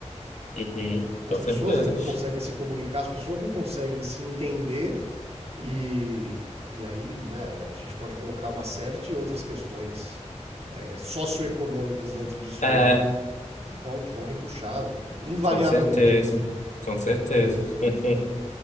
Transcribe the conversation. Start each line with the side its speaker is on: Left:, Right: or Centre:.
Left: uhum,
Right: As
Left: com
Right: pessoas
Left: certeza.
Right: não conseguem se comunicar, as pessoas não conseguem se entender, e, e aí, né, a gente pode colocar uma série de outras questões é, é, socioeconômicas dentro disso
Left: É,
Right: aí que, que vão, que vão repuxar, invariavelmente,
Left: com certeza,
Right: né?
Left: com certeza. <laughs>